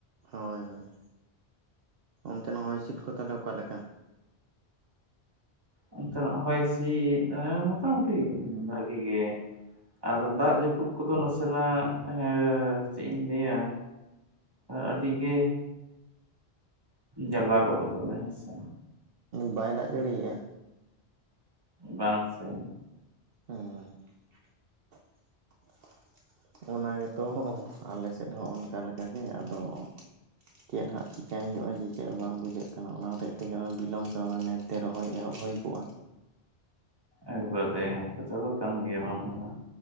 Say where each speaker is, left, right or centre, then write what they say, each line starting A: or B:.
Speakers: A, on the right; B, on the right.
A: ᱦᱳᱭ ᱦᱳᱭ ᱚᱱᱛᱮᱱ ᱦᱚᱭ ᱦᱤᱥᱤᱫ ᱠᱚ ᱛᱟᱦᱚᱞᱮ ᱚᱠᱟᱞᱮᱠᱟ?
B: ᱚᱱᱛᱮ ᱱᱟᱜ ᱦᱚᱭ ᱦᱥᱤᱫ ᱢᱚᱴᱟ ᱢᱩᱴᱤ ᱵᱷᱟᱜᱤ ᱜᱮ᱾ ᱟᱫᱚ ᱫᱟᱜ ᱡᱟᱹᱯᱩᱫ ᱠᱚᱫᱚ ᱱᱟᱥᱮᱱᱟᱜ ᱦᱮᱸ ᱪᱮᱫ ᱤᱧ ᱞᱟᱹᱭᱟ ᱟᱹᱰᱤᱜᱮ ᱡᱟᱞᱟ ᱜᱚᱫ ᱟᱠᱟᱫᱟ ᱦᱮᱸ ᱥᱮ,
A: ᱵᱟᱭ ᱫᱟᱜ ᱡᱟᱹᱲᱤᱭᱮᱜᱼᱟ?
B: ᱵᱟᱝ ᱥᱮ᱾
A: ᱦᱮᱸ ᱚᱱᱟ ᱜᱮᱛᱚ ᱦᱚᱸ ᱟᱞᱮ ᱥᱮᱫ ᱦᱚᱸ ᱚᱱᱠᱟ ᱞᱮᱠᱟᱜᱮ ᱟᱫᱚ ᱪᱮᱫ ᱦᱟᱸᱜ ᱪᱮᱠᱟᱹᱭ ᱦᱩᱭᱩᱜᱼᱟ ᱡᱮ ᱪᱮᱫ ᱦᱚᱸ ᱵᱟᱝ ᱵᱩᱡᱷᱟᱹᱜ ᱠᱟᱱᱟ ᱚᱱᱟ ᱦᱚᱛᱮᱜ ᱛᱮᱜᱮ ᱵᱤᱞᱚᱢ ᱠᱟᱱᱟ ᱞᱮ ᱛᱮ ᱨᱚᱦᱚᱭ ᱮᱦᱚᱵ ᱦᱩᱭ ᱠᱚᱜᱼᱟ
B: ᱟᱹᱜᱩ ᱠᱟᱫᱮ ᱠᱟᱛᱷᱟ ᱫᱚ ᱠᱟᱱ ᱜᱮᱭᱟ ᱵᱟᱝ ᱫᱚ ᱵᱟᱝ